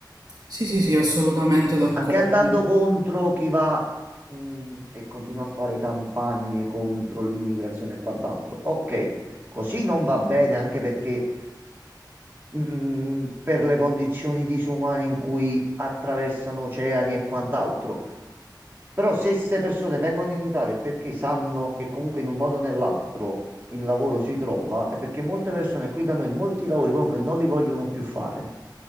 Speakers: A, on the right (about 55°); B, on the right (about 25°).
A: sì, sì, sì, assolutamente d'accordo.
B: Anche andando contro chi va, mh, e continua a fare campagne contro l'immigrazione e quant'altro. Ok, così non va bene anche perché mh, per le condizioni disumane in cui attraversano oceani e quant'altro. Però se queste persone vengono in Italia è perché sanno che comunque in un modo o nell'altro il lavoro si trova, è perché molte persone qui da noi molti lavori comunque non li vogliono più fare.